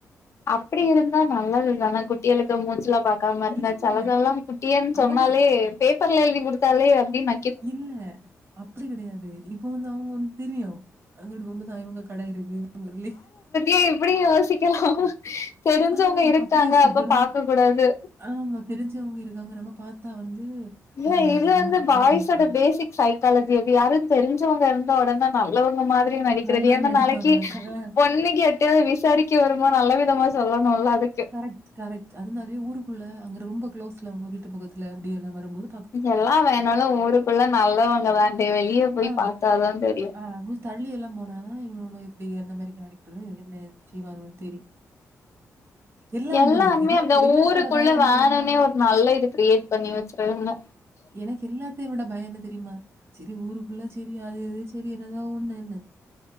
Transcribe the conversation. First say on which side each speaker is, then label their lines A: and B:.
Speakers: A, on the left; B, on the right.
A: அப்டி இருந்தா நல்லா தான குட்டிகளுக்கு மூச்சுலாம் பார்க் க்காம இருந்தா
B: இல்ல.
A: சிலதெல்லா குட்டியன்னு சொன்னாலே
B: அவங்க
A: பேப்பர்ல எழுதி குடுத்தாலே அப்டின்னு
B: இல்ல அப்டி கெடையாது இப்போ வந்து அவங்க வந்து தெரியும் அங்கட்டு போ போது தா இவங்க கடை இருக்கு இவங்கஊர்லே
A: ஏ இப்டி யோசிக்கலா தெரிஞ்சவங்க
B: ஆ
A: இருக்காங்க
B: அப்படி யோசிச்சு
A: அப்ப
B: இப்ப நம்ம
A: பாக்க கூடாது
B: ஆமா தெரிஞ்சவங்க இருக்காங்க நம்ம பாத்தா வந்து
A: இவ இது
B: அ நம்மள
A: வந்து
B: பத்தி
A: பாய்ஸோட
B: என்ன நினைப்பாங்க?
A: பேசிக் சைக்காலஜி அது யாரு தெரிஞ்சவங்க இருந்தா ஒடனே நல்லாவங்க மாதிரி எப்டி நடிக்கிறது
B: நல்லா
A: என
B: நடிப்பானுவ
A: நாளைக்கு பொண்ணு கேட்டு விசாரிக்க அன்னைக்கு நல்ல விதமா சொல்லணும்ல்ல அதுக்கு
B: கரெட்டு கரெட்டுஅதனாலயோ ஊருக்குள்ள அங்க ரொம்ப குளோஸ்ல அவங்க வீட்டு பக்கத்துல அப்டி எல்லா வருபோது
A: எல்லா வேணாலு ஊருக்குள்ள நல்லவங்க தாண்டி வெளிய போயி
B: ஆ,
A: பாத்தாதா தெரியு
B: ஆ கொஞ்சம் தள்ளி எல்லா போனாதா இவ்ளோள இப்டி என்ன மாரி கேரக்டரு என்ன ஏது செய்வானுவே தெரியு எல்லாம்
A: எல்லாருமே
B: விடு எல்லாத்த
A: அந்த
B: எல்லாத்த
A: ஊருக்குள்ள
B: விட பய என்ன
A: வேணும்னே
B: தெரியுமா
A: ஒரு நல்ல இது கிரியேட் பண்ணி வச்சிருங்க
B: எனக்கு எல்லா எல்லாத்தயு விட பய என்ன தெரியுமா சேரி ஊருக்குள்ள சேரி அது இது சேரி என்னதா ஒண்ணு என்னு